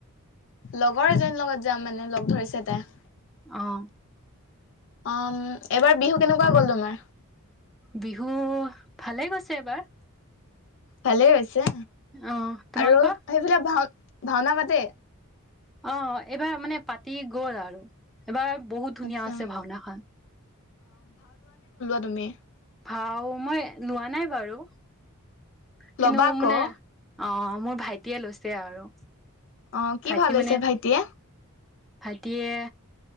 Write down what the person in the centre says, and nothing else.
অহ।
বিহু ভালে গৈছে এবাৰ।
অ তোমালোকৰ
অ', এইবাৰ মানে পাতি গ'ল আৰু এইবাৰ বহুত ধুনীয়া
আছে ভাওনাখান।
ভাও মই লোৱা নাই বাৰু। কিন্তু
মানে অ', মোৰ ভাইটিয়ে লৈছে আৰু
ভাইটি
মানে
ভাইটিয়ে